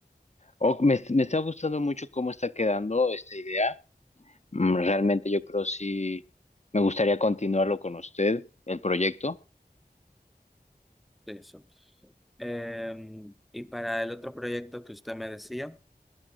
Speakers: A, on the left (about 45°); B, in the centre.
A: o- me, est- me está gustando mucho cómo está quedando esta idea. Mm, realmente yo creo sí me gustaría continuarlo con usted, el proyecto.
B: de Eso. Em, y para el otro proyecto que usted me decía,